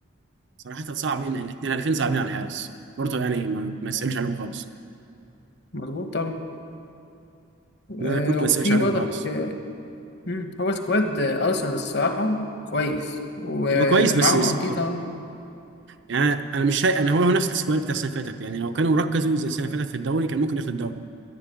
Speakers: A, on the right (about 55°); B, on the left (about 55°).
A: صراحة صعبين الاثنين هدفين صعبين على الحارس بورتو يعني ما ما يسألش عليهم خالص
B: مظبوط طبعا
A: لا
B: أه
A: كورتو
B: وفي
A: ما يسألش عليهم
B: برضك
A: خالص
B: آه، مم، هو سكواد آه، ارسنال الصراحه كويس ومعاهم
A: هو كويس بس يس-
B: ارتيتا
A: يعني انا مش شايف انا هو هو نفس السكواد بتاع السنة اللي فاتت يعني لو كانوا ركزوا زي السنة اللي فاتت في الدوري كان ممكن ياخد الدوري